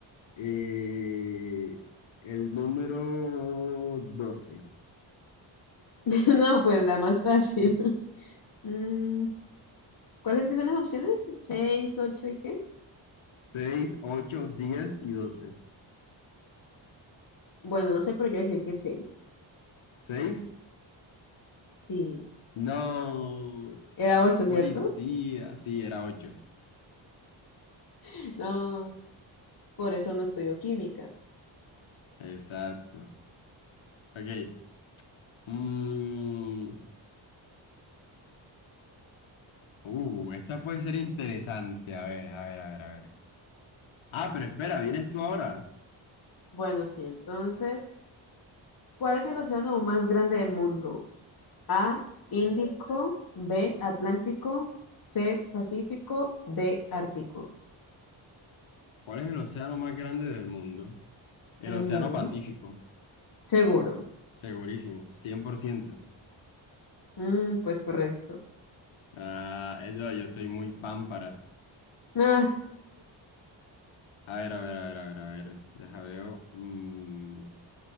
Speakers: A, on the left; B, on the left.
A: eh, el número 12.
B: <laughs> No, pues la más fácil. <laughs> Mm, ¿cuáles que son las opciones? ¿Seis, ocho y qué?
A: seis ocho 10 y doce
B: Bueno, no sé, pero yo voy a decir que seis.
A: seis
B: Sí.
A: No,
B: Era
A: la
B: ocho,
A: policía.
B: ¿cierto?
A: Sí, era ocho.
B: <laughs> No, por eso no estudio química.
A: Exacto. Ok. Mm, uh, esta puede ser interesante. A ver, a ver, a ver, a ver. Ah, pero espera, vienes tú ahora.
B: Bueno, sí, entonces, ¿cuál es el océano más grande del mundo? A, Índico, B, Atlántico, C, Pacífico, D, Ártico.
A: ¿Cuál es el océano más grande del mundo? El
B: Ujú,
A: Océano Pacífico.
B: Seguro.
A: Segurísimo. cien por ciento
B: Mm, pues correcto.
A: Ah, eh, no, yo soy muy pámpara.
B: Ah,
A: A ver, a ver, a ver, a ver, a ver. Deja veo. Mm,